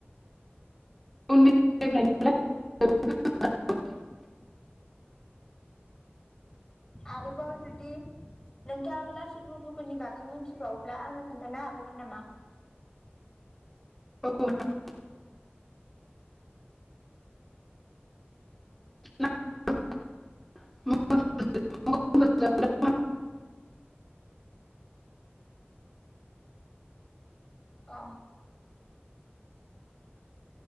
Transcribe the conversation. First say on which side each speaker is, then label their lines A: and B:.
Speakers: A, in the centre; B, on the left.
A: <unintelligible>
B: आरोबाव जुदि नोंथाङा लाचित बरफुकनि बागै मोनथिबावोब्ला आंनो खोन्थानो हाबावगोन नामा
A: <unintelligible> <unintelligible>
B: अ